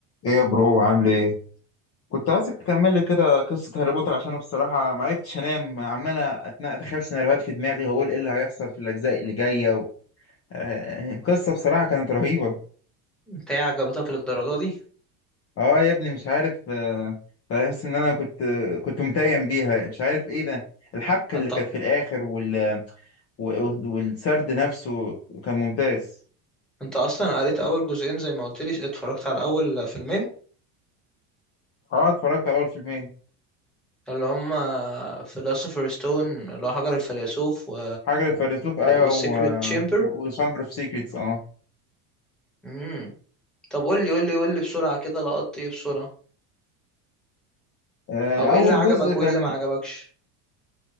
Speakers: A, on the left; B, in the centre.
A: ايه يا برو عامل ايه كنت عايزك تكمل لي كده قصة هاري بوتر عشان انا بصراحة ما عرفتش انام عمال أتنا- اتخيل سيناريوهات في دماغي واقول ايه اللي هيحصل في الاجزاء اللي جاية و... آه، قصة بصراحة كانت رهيبة
B: انت ايه عجبتك للدرجة دي
A: اه يا ابني مش عارف آه، بحس ان انا كنت كنت متيم بيها مش عارف ايه ده الحبكة
B: انت
A: اللي كانت في الاخر وال... و- والسرد نفسه كان ممتاز
B: انت اصلا قريت اول جزئين زي ما قلت لي اتفرجت على اول فيلمين
A: اه اتفرجت على اول فيلمين
B: اللي هما فيلوسوفر ستون اللي هو حجر الفيلسوف و...
A: حاجة الفيلسوف ايوه
B: والسيكريت
A: و...
B: تشامبر
A: و... وشامبر اوف سيكريتس اه
B: امم طب قول لي قول لي قول لي بسرعة كده لقطت ايه بسرعة
A: آه،
B: او ايه
A: اول
B: اللي عجبك
A: جزء كان
B: وايه اللي ما عجبكش